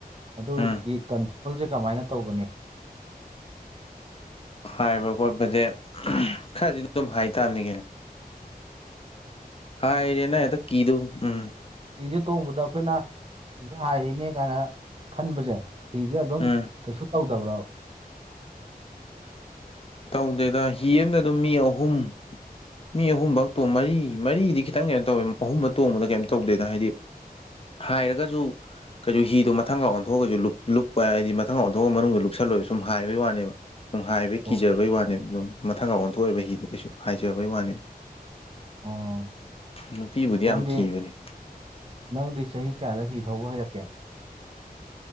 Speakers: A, on the right; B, on the left.
A: ꯑꯗꯨꯒꯤ
B: ꯎꯝ
A: ꯀꯟꯇ꯭ꯔꯣꯜꯁꯦ ꯀꯃꯥꯏꯅ ꯇꯧꯒꯅꯤ
B: ꯍꯥꯏꯕ ꯈꯣꯠꯄꯁꯦ ꯈꯔꯗꯤ ꯑꯗꯨꯝ ꯍꯥꯏꯇꯥꯥꯕꯅꯤꯉꯩꯅ
A: <unintelligible>
B: ꯍꯥꯥ ꯑꯦꯔꯤꯦ ꯅ ꯀꯤꯗꯨꯣ ꯎꯝ
A: ꯁꯤꯤꯁꯦ ꯇꯣꯡꯕꯗ ꯑꯩꯈꯣꯏꯅ ꯁꯤꯤꯁꯦ ꯍꯥꯏꯔꯤꯅꯦ ꯀꯥꯏꯅ ꯈꯟꯕꯁꯦ ꯐꯤꯁꯦ ꯑꯗꯨꯝ
B: ꯎꯝ
A: ꯀꯩꯁꯨ ꯇꯧꯗꯕ꯭ꯔꯕ
B: ꯇꯧꯗꯦꯗ ꯍꯤ ꯑꯦꯝꯗ ꯑꯗꯨꯝ ꯃꯤ ꯑꯍꯨꯝ ꯃꯤ ꯑꯍꯨꯝꯐ ꯇꯣꯡ ꯃꯔꯤ ꯃꯔꯤꯗꯤ ꯈꯤꯇꯪ ꯀꯩꯅꯣ ꯇꯧꯋꯦ ꯑꯍꯨꯝꯕ ꯇꯣꯡꯕꯗ ꯀꯩꯝꯇ ꯇꯧꯗꯦꯗ ꯍꯥꯏꯗꯤ ꯍꯥꯏꯔꯒꯁꯨ ꯀꯩꯁꯨ ꯍꯤꯗꯣ ꯃꯊꯪ ꯂꯥꯎ ꯑꯣꯟꯊꯣꯛꯑꯒꯩꯁꯨ ꯂꯨꯞ ꯂꯨꯞꯄ ꯍꯥꯏꯗꯤ ꯃꯊꯪ ꯂ ꯑꯣꯟꯊꯣꯛꯑ ꯃꯅꯨꯡꯗ ꯂꯨꯞꯜꯂꯣꯏꯁꯨ ꯁꯨꯝ ꯍꯥꯏꯕꯒꯤ ꯋꯥꯅꯦꯕ ꯁꯨꯝ ꯍꯥꯏꯕꯩ
A: ꯑꯣ
B: ꯀꯤꯖꯕꯩ ꯋꯥꯅꯦ ꯑꯗꯨꯝ ꯃꯊꯥꯀꯥꯟ ꯑꯣꯟꯊꯣꯛ ꯑꯣꯏꯕ ꯍꯤꯗꯣ ꯀꯩꯁꯨ ꯍꯥꯏꯖꯕꯩ ꯋꯥꯅꯤ
A: ꯑꯣ
B: ꯅꯨꯄꯤꯕꯨꯗꯤ
A: ꯅꯪꯗꯤ
B: ꯌꯥꯝ ꯀꯤꯕꯅꯦ
A: ꯅꯪꯗꯤ ꯆꯍꯤ ꯀꯌꯥꯗ ꯍꯤ ꯊꯧꯕ ꯍꯩꯔꯛꯀꯦ